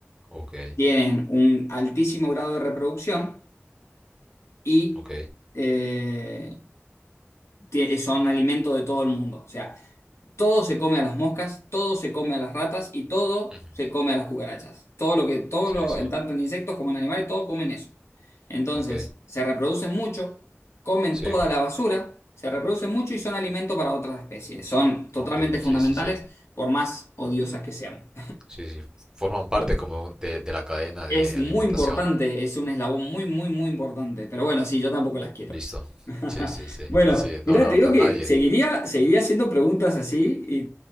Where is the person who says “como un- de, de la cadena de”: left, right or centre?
Right